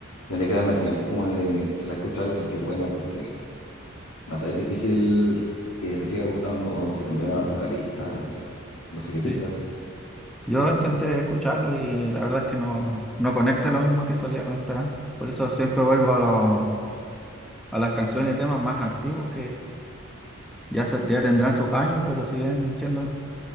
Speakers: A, on the left; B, in the centre.
A: tendría que darme el tiempo como de quizás escucharla, sí que es buena, porque no sé, es difícil que te siga gustando si cambiaron al vocalista, no sé, no sé qué piensas.
B: Sí. Yo intenté escucharlo y la verdad es que no, no conecta lo mismo que solía conectar antes. Por eso siempre vuelvo a, lo- a las canciones y temas más antiguos Ya, se- ya tendrán sus años, pero siguen siendo,